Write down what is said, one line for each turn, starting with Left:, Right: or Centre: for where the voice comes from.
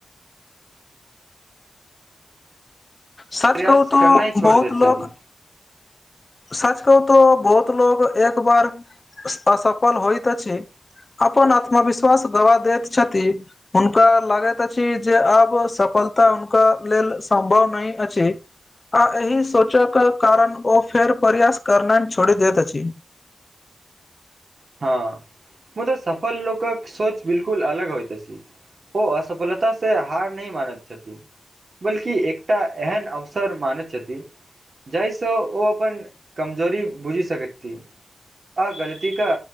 Left: सच
Right: प्रयास
Left: कहू तो
Right: करनाइ छोड़ि
Left: बहुत
Right: दैत छथिन
Left: लोक सच कहू तो बहुत लोग एक बार असफल होयत अछि अपन आत्मविश्वास गवा दैत छथि हुनका लागैत अछि जे आब सफलता हुनका लेल सम्भव नहि अछि आ एहि सोचक कारण ओ फेर प्रयास करनाय छोड़ि दैत अछि
Right: हँ मुदा सफल लोकक सोच बिल्कुल अलग होयत अछि ओ असफलता से हार नहि मानैत छथिन बल्कि एकटा एहन अवसर मानै छथि जाहिसँ ओ अपन कमजोरी बुझि सकथि आ गलतीका